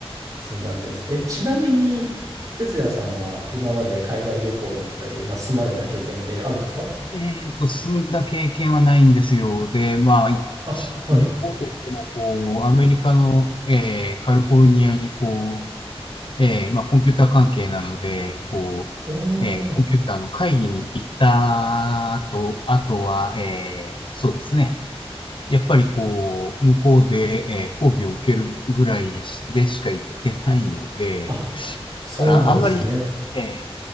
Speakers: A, on the right; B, on the left.
A: そうなんです。え、ちなみに、哲也さんは今まで海外旅行だったり、まあ、住まれた経験ってあるんですか
B: えっと、進んだ経験はないんですよ。で、まあ、い
A: あ、はい。
B: 旅行といっても、こう、アメリカの、えーカリフォルニアに、こう、えーまあ、コンピューター関係なので、こ
A: お
B: う、えーコンピューターの会議に行った後、
A: ー。
B: あとは、えーそうですね。やっぱりこう、向こうで、えー講義を受けるぐらいでしか行ってないので、
A: あ、そうなんですね。
B: だからあんまり、えー